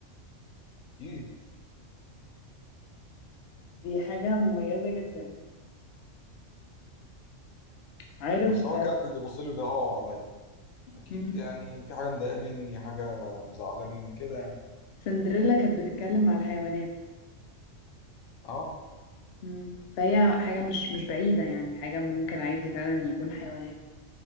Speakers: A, on the left; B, on the left.
A: اكيد
B: دي حاجة مميزة جدا عارف
A: اصل هو
B: آه،
A: كاتب بيبص لي بيهوى عليا اكيد
B: مم.
A: يعني في حاجه مضايقه مني حاجه مزعله مني كده يعني
B: سندريلا كانت بتتكلم مع الحيوانات
A: اه
B: مم. فهي حاجة مش مش بعيدة يعني حاجة ممكن عادي فعلا يكون حيوانات